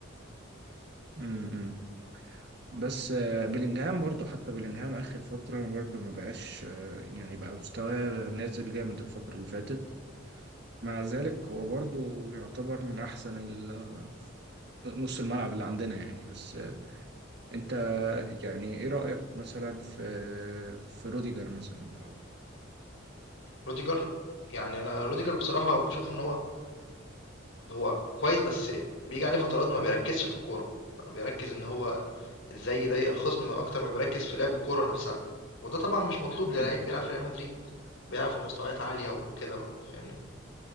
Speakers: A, on the right; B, on the left.
A: مم. مم. بس آه، بلينجهام برضه حتى بلينجهام آخر فترة برضه ما بقاش آه، يعني بقى مستواه نازل جامد الفترة اللي فاتت مع ذلك هو برضه يعتبر من أحسن ال- نص الملعب اللي عندنا يعني بس انت يعني ايه رأيك مثلا في في روديجر مثلا او
B: روديجر يعني انا روديجر بصراحة بشوف ان هو هو كويس بس بيجي عليه فترات ما بيركزش في الكورة بيبقى بيركز ان هو إزاي يضايق الخصم أكتر ما بيركّز في لعب الكورة نَفْسها، وده طبعًا مش مطلوب
A: مم.
B: للعيب بيلعب في ريال مدريد، بيلعب في مستويات عالية وكده بقى فاهمني،